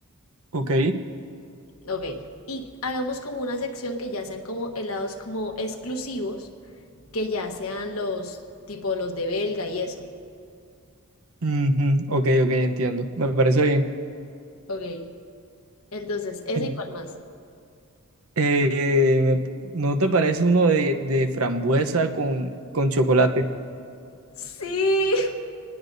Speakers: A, on the right; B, on the left.
A: ok
B: Ok, y hagamos como una sección que ya sean como helados como exclusivos, que ya sean los tipo los de Belga y eso.
A: Ujú, Ok, ok, entiendo, me parece bien.
B: Ok, entonces, ese
A: En-
B: y cuál más.
A: eh, me- ¿no te parece uno de, de frambuesa con, con chocolate?
B: Sí,